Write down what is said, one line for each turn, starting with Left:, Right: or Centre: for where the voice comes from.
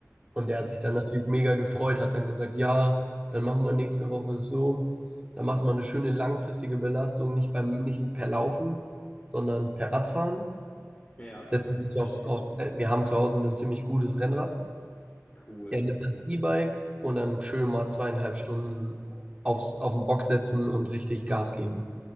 Right: Und der
Left: Krass.
Right: hat sich dann natürlich mega gefreut, hat dann gesagt, ja, dann machen wir nächste Woche so. Dann macht man eine schöne langfristige Belastung, nicht beim, nicht per Laufen, sondern per Radfahren.
Left: Ja,
Right: Setzt sich
Left: schön.
Right: aufs, auf, wir haben zu Hause ein ziemlich gutes Rennrad.
Left: Cool.
Right: Er nimmt das E-Bike und dann schön mal zweieinhalb Stunden aufs, auf den Bock setzen und richtig Gas geben.